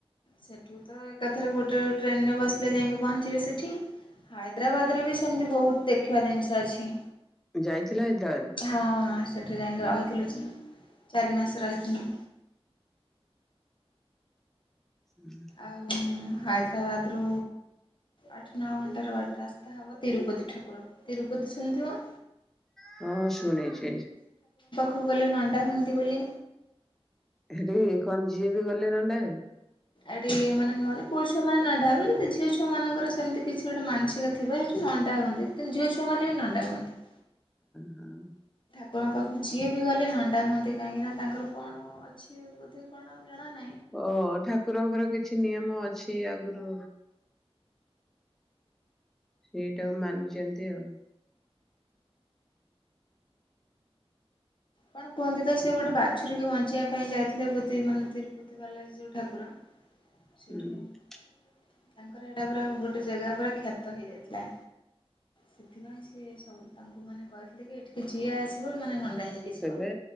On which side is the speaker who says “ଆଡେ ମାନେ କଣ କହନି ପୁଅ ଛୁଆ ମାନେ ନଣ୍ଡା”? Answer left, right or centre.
Left